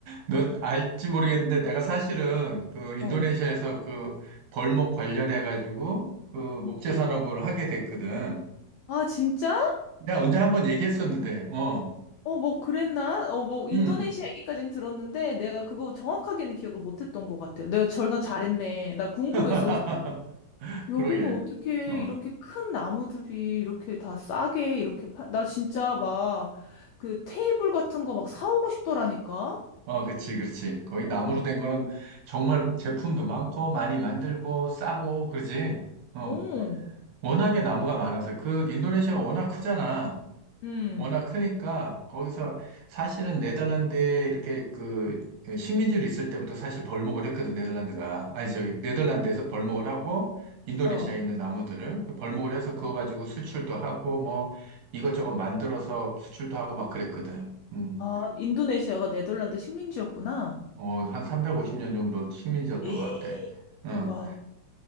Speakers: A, on the right; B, on the left.
A: 너 알지 모르겠는데 내가 사실은 그 인도네시아에서
B: 어.
A: 그 벌목 관련해 가지고 그 목재
B: 응.
A: 산업을 하게 됐거든.
B: 아, 진짜?
A: 내가 언제 한 번 얘기했었는데, 어,
B: 어, 뭐 그랬나? 어, 뭐 인도네시아
A: 음,
B: 얘기까지는 들었는데 내가 그거 정확하게는 기억을 못했던 것 같아. 내가 전화 잘했네. 나 궁금했어.
A: <laughs>
B: 그래서 여기는
A: 그러게.
B: 어떻게
A: 어,
B: 이렇게 큰 나무들이 이렇게 다 싸게 이렇게 파... 나 진짜 막 그 테이블 같은 거 막 사오고 싶더라니까.
A: 어, 그렇지, 그렇지. 거기
B: 어,
A: 나무로 된 거는 정말 제품도 많고 많이 만들고 싸고 그러지. 어.
B: 어,
A: 워낙에 나무가 많아서 그 인도네시아가 워낙 크잖아.
B: 음,
A: 워낙 크니까 거기서 사실은 네덜란드에 이렇게 그 식민지로 있을 때부터 사실 벌목을 했거든 네덜란드가 아니 저기 네덜란드에서 벌목을 하고 인도네시아에
B: 어.
A: 있는 나무들을 벌목을 해서 그거 가지고 수출도 하고 뭐 이것저것 만들어서 수출도 하고 막 그랬거든. 음,
B: 아, 인도네시아가 네덜란드 식민지였구나.
A: 어, 한 350년 정도 식민지였던
B: <gasps>
A: 것 같아. 어,
B: 와,